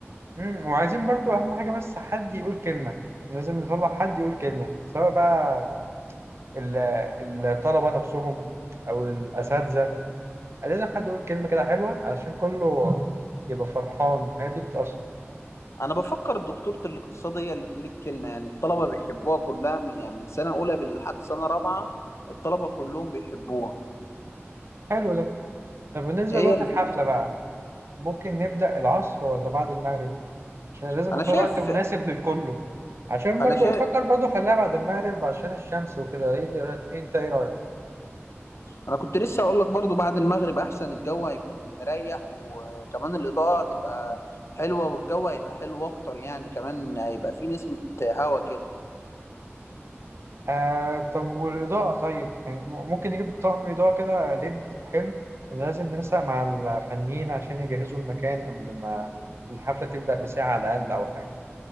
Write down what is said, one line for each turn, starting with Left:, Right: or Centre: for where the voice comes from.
Right: امم وعايزين برضو أهم حاجة بس حد يقول كلمة لازم نطلع حد يقول كلمة سواء بقى ال- الطلبة نفسهم أو الأساتذة لازم حد يقول كلمة كده حلوة علشان كله يبقى فرحان الحاجات دي بتأثر
Left: انا بفكر دكتورة الاقتصاد هي اللي تقول الكلمة يعني الطلبة بيحبوها كلها من يعني من سنة اولى لحد سنة رابعة الطلبة كلهم بيحبوها
Right: حلو ده طب بالنسبة
Left: هي
Right: لوقت
Left: اللي...
Right: الحفلة بقى ممكن نبدأ العصر ولا بعد المغرب عشان لازم
Left: انا
Right: اختار
Left: شايف
Right: وقت مناسب للكله عشان
Left: انا
Right: برضو
Left: شايف
Right: افكر برضو خليها بعد المغرب عشان الشمس وكده ايه ده رأي- إيه انت ايه رايك
Left: انا كنت لسه اقول لك برضو بعد المغرب احسن الجو هيكون مريح وكمان الاضاءة هتبقى حلوة والجو هيبقى حلو اكتر يعني كمان هيبقى فيه نسمة هوا كده
Right: آه طب والاضاءه طيب يعني ممكن نجيب طقم اضاءه كده ليد حلو ولازم ننسق مع الفنيين عشان يجهزوا المكان قبل ما الحفله تبدا بساعه على الاقل او حاجه